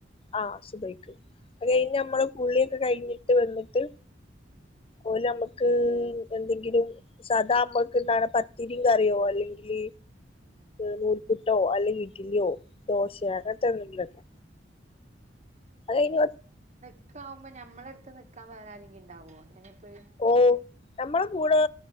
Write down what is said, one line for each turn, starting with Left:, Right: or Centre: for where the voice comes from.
Left: ആഹ് സുബയ്ക്ക് അത് കഴിഞ്
Right: ആഹ്
Left: ഞമ്മള് കുളിയൊക്കെ കഴിഞ്ഞിട്ട് വന്നിട്ട്
Right: ഉം
Left: ഓലമ്മക്ക് എന്തെങ്കിലും സധാ അമ്മക്ക് ഇണ്ടാവണ പത്തിരിം കറിയോ അല്ലെങ്കില്
Right: ആഹ്
Left: നൂൽപുട്ടോ അല്ലെങ്കി ഇഡ്‌ലിയോ ദോശെ
Right: ആഹ്
Left: അങ്ങൻത്തെ
Right: ആഹ്
Left: എന്തെങ്കിലൊക്കെ അത് കഴിഞ്ഞ
Right: ക്കാവുമ്പോ ഞമ്മളടുത്ത് നിൽക്കാ വേറെ ആരെങ്കി ഇണ്ടാവോ ഇങ്ങനെ ഇപ്പൊ ഈ
Left: ഓഹ് ഞമ്മളെ കൂടെ